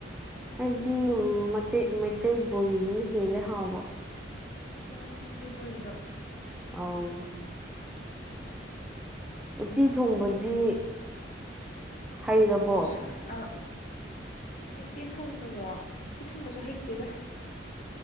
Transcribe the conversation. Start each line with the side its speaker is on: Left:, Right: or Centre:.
Centre: ꯑꯩꯗꯤ ꯃꯇꯦꯛ ꯃꯩꯇꯩ ꯕꯣꯔꯤꯗꯨꯅ ꯍꯦꯟꯂꯦ ꯍꯥꯎꯕ
Left: ꯑꯣ ꯃꯩꯇꯩ ꯕꯣꯔꯤꯗꯣ
Centre: ꯑꯧ ꯎꯠꯇꯤ ꯊꯣꯡꯕꯗꯤ ꯍꯩꯔꯕꯣ
Left: ꯎꯁꯣꯏ ꯑꯥ ꯎꯠ ꯎꯠꯇꯤ ꯊꯣꯡꯕꯔꯣ ꯎꯠꯇꯤ ꯊꯣꯡꯕꯁꯨ ꯍꯩꯇꯦꯗ